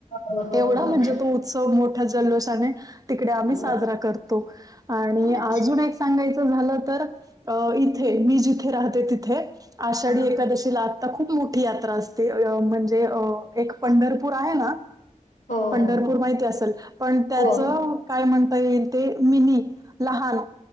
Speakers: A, on the left; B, on the right.
A: हो, हो,
B: एवढा
A: हो.
B: म्हणजे तो उत्सव मोठा जल्लोष आणि तिकडे आम्ही
A: हो.
B: साजरा करतो आणि
A: अच्छा.
B: अजून एक सांगायच झालं तर इथे मी जिथे राहते तिथे. आषाढी
A: हां.
B: एकादशीला आता खूप मोठी यात्रा असते म्हणजे एक पंढरपूर आहे ना,
A: हो,
B: पंढरपूर
A: हो.
B: माहिती असेल पण त्याच
A: हो.
B: काय म्हणता येईल ते मिनी लहान